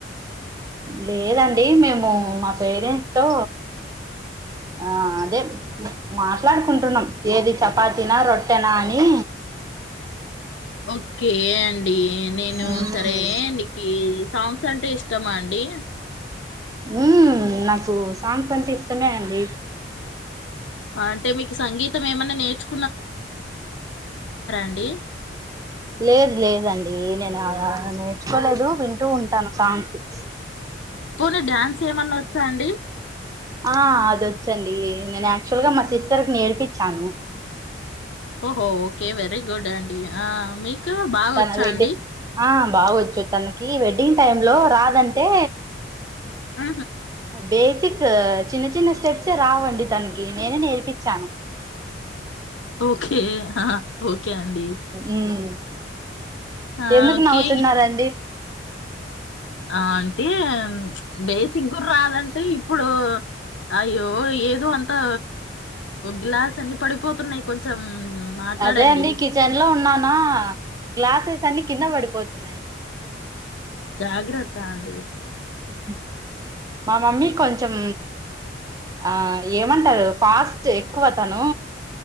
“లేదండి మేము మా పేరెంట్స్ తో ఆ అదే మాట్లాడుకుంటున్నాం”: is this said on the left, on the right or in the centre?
Right